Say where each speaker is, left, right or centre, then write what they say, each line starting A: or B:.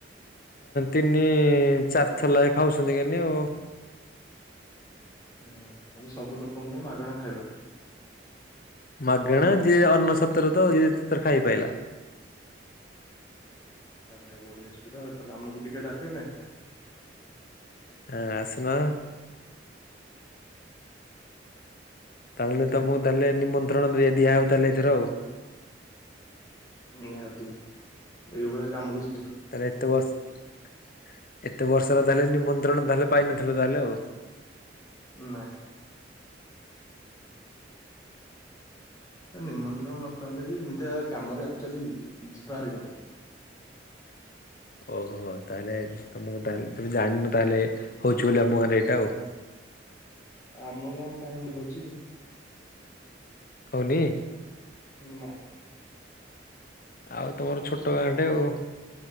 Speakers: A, on the left (about 50°); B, on the left (about 20°).
A: ତିନି ଚାରିଥର ଲେଖା ଖାଉଛନ୍ତି କେନି ଆଉ।
B: ଓହ ମାନେ ସବୁ ଲୋକଙ୍କ ପାଇଁ ମାଗଣା ଖାଇବା?
A: ମାଗେଣା ଯିଏ ଅନ୍ନ ଛତ୍ରରତ ଯିଏଯେତେ ଥର ଖାଇ ପାଇଲା।
B: ଆାରେ ଭାଇ ବଢିଆ ସୁବିଧା ତାହେ ଆମକୁି ଟିକେ ଡାକବେ?
A: ଆଁ ଆସୁନ? ତାହେଲେ ତ ମୁଁ ତାହେଲେ ନିମନ୍ତ୍ରଣ ଦ ଦିଆ ହଉ ତାହେଲେ ଏଥର ଆଉ।
B: ନିହାତି ଏଇଭଳିଆ କାମ କି
A: ତାଲେ ଏତେ ବର୍ଷ ଏତେ ବର୍ଷର ତାହେଲେ ନିମନ୍ତ୍ରଣ ତାହେଲେ ପାଇନଥିଲ ତାହେଲେ ଆଉ।
B: ନା। ଏ ନିମନ୍ତ୍ରଣ ନ ପାଇଲେ ବି ଏମିତିଆ କାମରେ ଆକ୍ଚୁଆଲି ଯିବା ହାରି କଥା।
A: ଓହୋ ତାହେଲେ ତମକୁ ତାହେଲେ ତମେ ଜାଣିନ ତାହେଲେ ହଉଛି ବୋଲି ଆମ ଗାଁରେ ଏଇଟା ଆଉ।
B: ଆମ ଗାଁରେ କାଇଁ ଏମିତି ହଉଛି କି?
A: ହଉନି?
B: ନା।
A: ଆଉ ତମର ଛୋଟ ଗାଁ ଟେ ଆଉ।